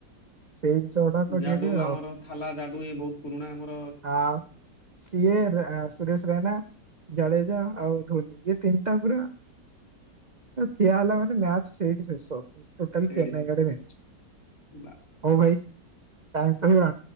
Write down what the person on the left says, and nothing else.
ଜାଡୁ
ଆମର ଥାଲା ଜାଡୁ ଇଏ ବହୁତ ପୁରୁଣା ଆମର
ଏଇଠି
ଶେଷ।
ବା